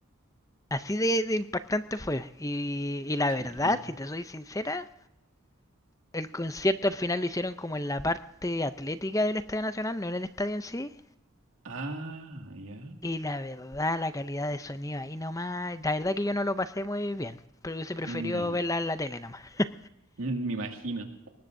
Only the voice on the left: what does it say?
así de, de impactante fue. Y, y la
verdad, si te soy sincera, el concierto al final lo hicieron como en la parte atlética del Estadio Nacional, no en el estadio en sí.
Y la verdad, la calidad de sonido ahí nomás, la verdad que yo no lo pasé muy bien, pero hubiese preferido
verla en la tele nomás. <laughs>